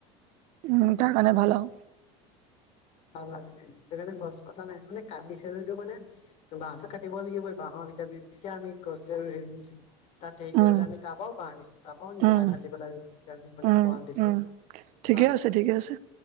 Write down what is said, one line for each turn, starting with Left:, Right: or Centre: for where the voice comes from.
Right: উম, তাৰ কাৰণে ভাল আৰু
Left: লাগিছে। সেইকাৰণে গছ কটা নাই মানে কাটিছে যদিও মানে বাঁহটো কাটিব লাগিবই বাঁহৰ ভিতৰ এতিয়া আমি গছ হেৰি নিছো তাত হেৰি কৰিবলে
Right: উম,
Left: আমি <unintelligible> তাৰ পৰাও বাঁহ আনিছোঁ, তাৰ পৰাও নি পেলাই
Right: উম,
Left: কাটি পেলাই ৰুইছোঁ। আমি মানে
Right: উম,
Left: গড়াল দিছোঁ,
Right: উম,
Left: কিবা
Right: ঠিকে আছে ঠিকে আছে